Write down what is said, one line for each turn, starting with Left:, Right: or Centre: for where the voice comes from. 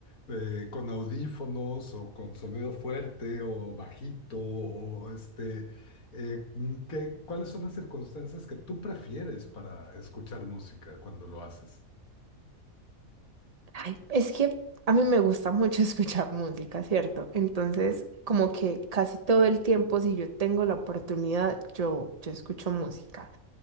Left: Eh, ¿con audífonos o con sonido fuerte o bajito? O este, eh, mm, ¿qué- cuáles son las circunstancias que tú prefieres para escuchar música cuando lo haces?
Right: Ay, es que a mí me gusta mucho <laughs> escuchar música, ¿cierto? Entonces, como que casi todo el tiempo, si yo tengo la oportunidad, yo, yo escucho música.